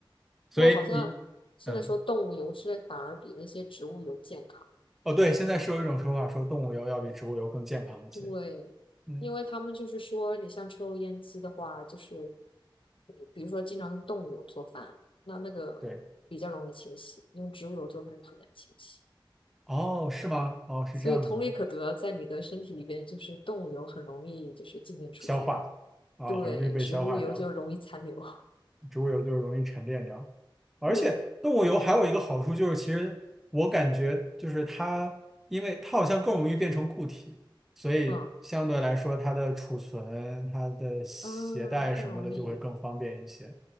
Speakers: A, in the centre; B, on the left.
A: 所以你
B: 不过好像现在说动物油脂反而比那些植物油健康，
A: 嗯。哦，对，现在是有一种说法说动物油要比植物油更健康一些。
B: 对，
A: 嗯，
B: 因为他们就是说，你像抽油烟机的话，就是嗯比如说经常用动物油做饭，那那个比较容易清洗，
A: 对。
B: 用植物油做饭就很难清洗。
A: 哦，是吗？哦，是这样子，
B: 所以同理可得，在你的身体里边，就是动物油很容易就是进进出出，
A: 消化啊，
B: 对，
A: 很容易被消化掉，
B: 植物油就容易残留，
A: 植物油就是容易沉淀掉。而且动物油还有一个好处就是，
B: <laughs> 对，
A: 其实我感觉就是它，因为它好像更容易变成固体，所以相对来说它的储存、
B: 嗯
A: 它的携带什么的就会更方便一些。
B: 嗯，更容易，